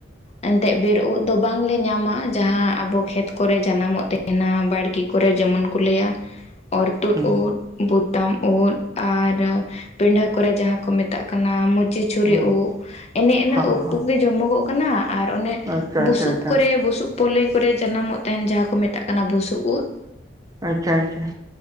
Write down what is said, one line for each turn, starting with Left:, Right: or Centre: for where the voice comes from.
Left: ᱮᱱᱛᱮᱫ ᱵᱤᱨ ᱩᱫ ᱫᱚ ᱵᱟᱝᱞᱮ ᱧᱟᱢᱟ, ᱡᱟᱦᱟᱸ ᱟᱵᱚ ᱠᱷᱮᱛ ᱠᱚᱨᱮ ᱡᱟᱱᱟᱢᱚᱜ ᱛᱮ ᱮᱱᱟ ᱵᱟᱲᱜᱤ ᱠᱚᱨᱮ ᱡᱮᱢᱚᱱ ᱠᱩ ᱞᱟᱹᱭᱟ᱾ ᱚᱨᱛᱩᱫ
Right: ᱦᱩᱸ
Left: ᱩᱫ, ᱵᱚᱛᱟᱢ ᱩᱫ ᱟᱨ ᱯᱤᱸᱰᱷᱟᱹ ᱠᱚᱨᱮ ᱡᱟᱦᱟᱸ ᱠᱚ ᱢᱮᱛᱟᱜ ᱠᱟᱱᱟ᱾ ᱢᱩᱪᱤ ᱪᱩᱨᱤ
Right: ᱦᱩᱸ
Left: ᱩᱫ ᱮᱱᱮ ᱤᱱᱟᱹᱩᱵ
Right: ᱦᱚᱸ ᱦᱚᱸ
Left: ᱠᱚᱜᱮ ᱡᱚᱢᱚᱜᱚᱜ ᱠᱟᱱᱟ᱾ ᱟᱨ ᱚᱱᱮ
Right: ᱟᱪᱪᱷᱟ
Left: ᱵᱩᱥᱩᱵ
Right: ᱟᱪᱪᱷᱟ ᱟᱪᱪᱷᱟ
Left: ᱠᱚᱨᱮ ᱵᱩᱥᱩᱵ ᱯᱞᱳᱹᱭ ᱠᱚᱨᱮ ᱡᱟᱱᱟᱢᱚᱜ ᱛᱟᱸᱦᱮᱱ ᱡᱟᱦᱟᱸ ᱠᱚ ᱢᱮᱛᱟᱜ ᱠᱟᱱᱟ ᱵᱩᱥᱩᱵ ᱩᱫ᱾
Right: ᱟᱪᱷᱟ ᱟᱪᱷᱟ